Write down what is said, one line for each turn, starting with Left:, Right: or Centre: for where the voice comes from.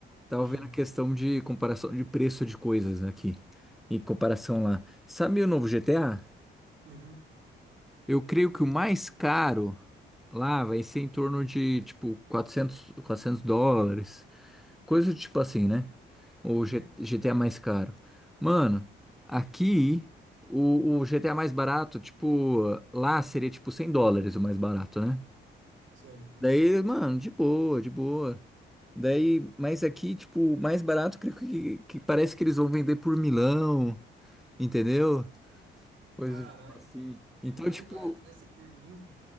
Centre: Tava
Right: Hum,
Centre: vendo a questão de comparação de preço de coisas aqui, em comparação lá. Sabe o novo GTA?
Right: uhum,
Centre: Eu creio que o mais caro lá vai ser em torno de, tipo, quatrocentos, quatrocentos dólares. Coisa do tipo assim, né? O
Right: uhum,
Centre: G- GTA mais caro. Mano, aqui o, o GTA mais barato, tipo, lá seria tipo 100 dólares o mais barato, né?
Right: certo.
Centre: Daí, mano, de boa, de boa. Daí, mas aqui, tipo, o mais barato, creio que, que parece que eles vão vender por milão, entendeu? Coisa
Right: Caralho,
Centre: do tipo assim. Então,
Right: o mais
Centre: tipo,
Right: barato vai ser por mil.